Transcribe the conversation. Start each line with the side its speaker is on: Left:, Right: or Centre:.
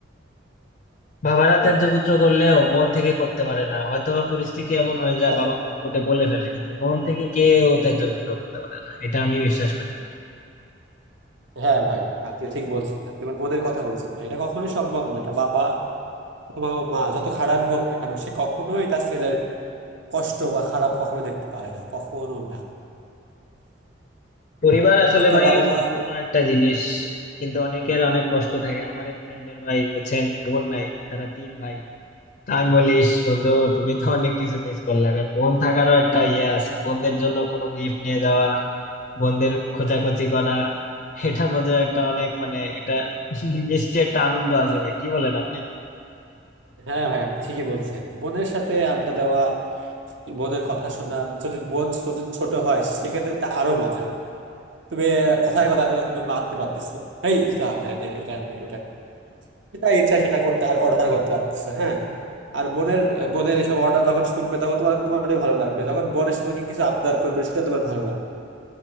Left: বাবারা ত্যায্য পুত্র করলেও মন থেকে করতে পারে না হয়তোবা পরিস্থিতি এমন হয়ে যায়
Right: কখ-
Left: বাবা মুখ ফুটে বলে ফেলে কিন্তু মন থেকে কেউ ত্যায্য পুত্র করতে পারে না এটা আমি বিশ্বাস করি ভাই।
Right: হ্যাঁ ভাই আপনি ঠিক বলছেন আপনি আমার বোনের কথা বলছেন ভাই এটা কখনোই সম্ভব না এটা বাবা অথবা মা যত খারাপই হোক না কেন সে কখনোই তার ছেলের কষ্ট বা খারাপ কখনো দেখতে পারে না কখনো না
Left: পরিবার আসলে
Right: আপনার
Left: ভাই
Right: বাবা মা
Left: সম্পূর্ণ একটা জিনিস কিন্তু অনেকের অনেক কষ্ট থাকে আমার এক ফ্রেন্ডের ভাই বুঝছেন বোন নাই তারা তিন ভাই তা আমি বলিস বন্ধু তুমি তো অনেক কিছু মিস করলা কারণ বোন থাকারও একটা ইয়ে আছে বোনদের জন্য কোনো গিফট নিয়ে যাওয়া বোনদের খোঁচাখুচি করা এটার মধ্যে একটা অনেক মানে এটা <laughs> মিষ্টি একটা আনন্দ আছে ভাই কি বলেন আপনি
Right: হ্যাঁ ভাই আপনি ঠিকই বলছেন বোনের সাথে আড্ডা দেওয়া বোনের কথা শোনা যদি বোন ছোট ছোট হয় সেক্ষেত্রে তো আরো মজা তুমি কথায় কথায় তো তুমি মারতে পারতেছো এই যা, এটা নে, এটা নে, ওটা নে। যেটা ইচ্ছা সেটা করতে আর অর্ডার করতে পারতেছো হ্যাঁ আর বোনের বোনের এসব অর্ডার যখন শুনবে তখন তোমার তোমারই ভালো লাগবে যখন বোন এসে তোমাকে কিছু আবদার করবে সেটা তোমার ভালো লাগবে